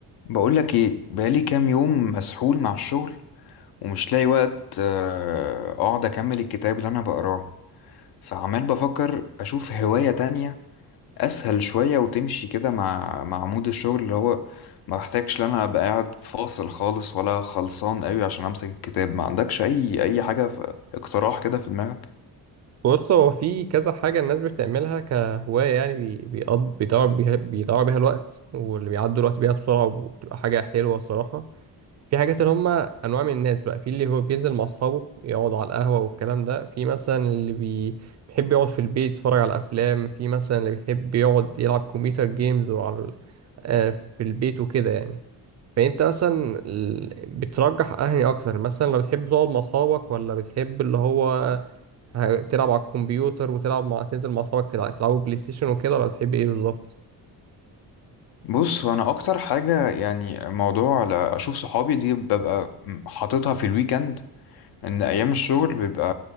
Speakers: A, on the left; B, on the right.
A: بقولك ايه بقالي كام يوم مسحول مع الشغل ومش لاقي وقت آه، اقعد اكمل الكتاب اللي انا بقراه فعمال بفكر اشوف هواية تانية اسهل شوية وتمشي كده مع مع مود الشغل اللي هو ما بحتاجش ان انا ابقى قاعد فاصل خالص ولا خلصان قوي عشان امسك الكتاب ما عندكش اي اي حاجة في اقتراح كده في دماغك
B: بص هو في كذا حاجة الناس بتعملها كهواية يعني بي- بيقض- بيضيعوا بيها بيضيعوا بيها الوقت واللي بيعدوا الوقت بيها بسرعة وبتبقى حاجة حلوة الصراحة في حاجات اللي هم أنواع من الناس بقى في اللي هو بينزل مع أصحابه يقعد على القهوة والكلام ده في مثلا اللي بي- بيحب يقعد في البيت يتفرج على أفلام في مثلا اللي بيحب يقعد يلعب كمبيوتر جيمز وعلى ال- آه، في البيت وكده يعني فأنت مثلا ال- بترجح أنهي أكتر مثلا لو بتحب تقعد مع أصحابك ولا بتحب اللي هو هتلعب على الكمبيوتر وتلعب مع تنزل مع اصحابك تلعب تلعبوا بلاي ستيشن وكده ولا بتحب ايه بالظبط
A: بص انا اكتر حاجة يعني موضوع ل- اشوف صحابي دي ببقى حاططها في الويكند ان ايام الشغل بيبقى